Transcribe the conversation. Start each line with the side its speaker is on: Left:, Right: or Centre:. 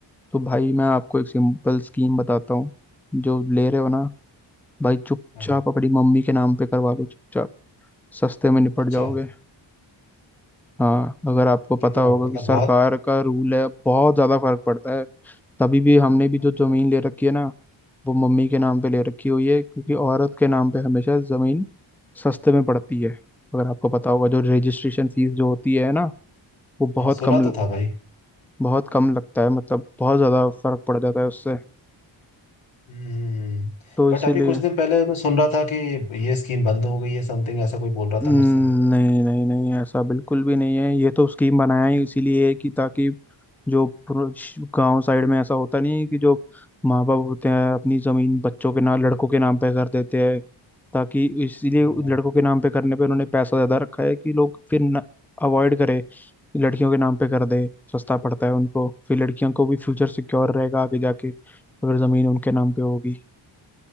Centre: तो भाई मैं आपको एक सिंपल स्कीम बताता हूँ जो ले रहे हो ना भाई चुपचाप
Left: हाँ
Centre: अपनी मम्मी के नाम पे करवा लो चुपचाप सस्ते में निपट
Left: अच्छा
Centre: जाओगे हाँ अगर आपको पता
Left: कितना
Centre: होगा
Left: मतलब
Centre: कि सरकार
Left: बहुत
Centre: का रूल है बहुत ज़्यादा फर्क पड़ता है तभी भी हमने भी जो
Left: अच्छा
Centre: ज़मीन ले रखी है ना वो मम्मी के नाम पे ले रखी हुई है क्योंकि औरत के नाम पे हमेशा ज़मीन सस्ते में पड़ती है अगर आपको पता होगा जो रजिस्ट्रेशन फीस जो होती है ना वो बहुत
Left: हाँ सुना
Centre: कम
Left: तो था भाई
Centre: बहुत कम लगता है मतलब बहुत ज़्यादा फर्क पड़ जाता है उससे
Left: हम्म
Centre: तो
Left: बट
Centre: इसीलिए
Left: अभी कुछ दिन पहले मैं सुन रहा था कि ये स्कीम बंद हो गई है समथिंग ऐसा कोई बोल रहा
Centre: हम्म,
Left: था मेरे से
Centre: नहीं नहीं नहीं ऐसा बिल्कुल भी नहीं है ये तो स्कीम बनाया ही इसीलिए है कि ताकि जो गांव साइड में ऐसा होता नहीं है कि जो माँ बाप होते हैं अपनी जमीन बच्चों के नाम लड़कों के नाम पे कर देते हैं ताकि इसीलिए
Left: हाँ
Centre: लड़कों के नाम पे करने पे उन्होंने पैसा ज्यादा रखा है कि लोग फिर अवॉइड करें कि लड़कियों के नाम पे कर दे सस्ता पड़ता है उनको फिर लड़कियों को भी फ्यूचर सिक्योर रहेगा आगे जाके अगर जमीन उनके नाम पे होगी